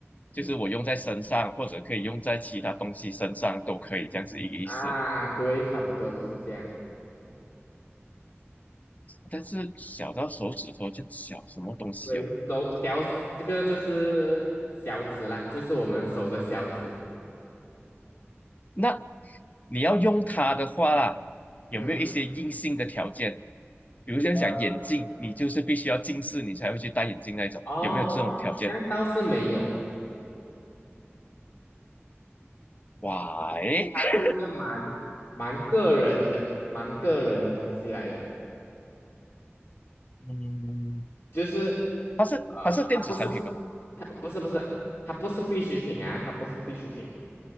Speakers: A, on the left (about 35°); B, on the left (about 65°).
A: 就是我用在身上，或者可以用在其他东西身上都可以，这样子一个意思。
B: 啊，对，差不多就是这样。
A: 但是小到手指头就小，什么东西哦？
B: 对，手小，这个就是小指啦，就是我们手的小指。
A: 那你要用它的话啦，有没有一些硬性的条件？
B: 嗯
A: 比如像讲眼镜，
B: 呃嗯
A: 你就是必须要近视，你才会去戴眼镜那种，
B: 哦，
A: 有没有这种条件？
B: 这样倒是没有，
A: w h
B: 它是一个蛮
A: y
B: 蛮个人的、蛮个人的东西来的，
A: 嗯，
B: 就是
A: 它是它是电子产品吗
B: 呃，它不是它不是不是它不是必需品啊，它不是必需品，